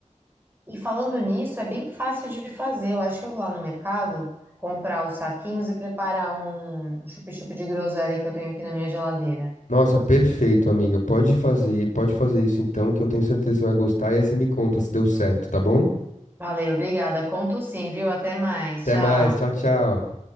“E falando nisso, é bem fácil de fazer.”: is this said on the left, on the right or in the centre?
Right